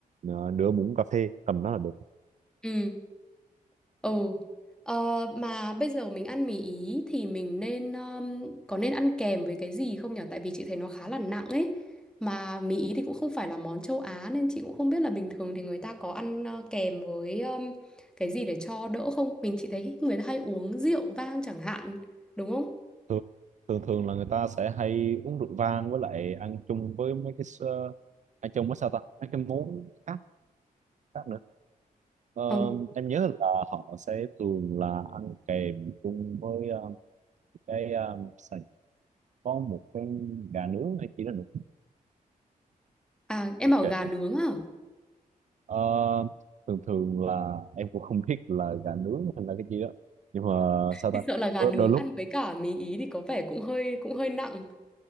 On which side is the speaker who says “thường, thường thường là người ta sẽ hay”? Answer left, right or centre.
Right